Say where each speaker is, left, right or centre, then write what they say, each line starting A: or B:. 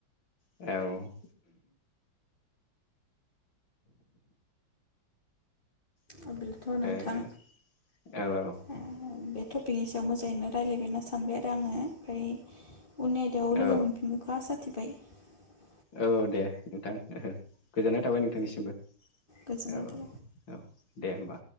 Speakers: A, on the left; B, on the left.
A: औ ए
B: अब्लाथ'
A: ओ
B: नोंथां
A: ओ औ
B: ओ
A: औ
B: बे टपिकनि सायाव मोजाङैनो रायलायबाय होनना सानबाय आरो आङो ओमफ्राय उननि आयदायाव
A: औ
B: लोगो मोनफिन गोनखौ आसा थिबाय बाय
A: औ दे नोंथां ओहो गोजोननाय थाबाय नोंथांनिसिमबो
B: गोजोननाय
A: औ औ
B: थाबाय
A: औ दे होमबा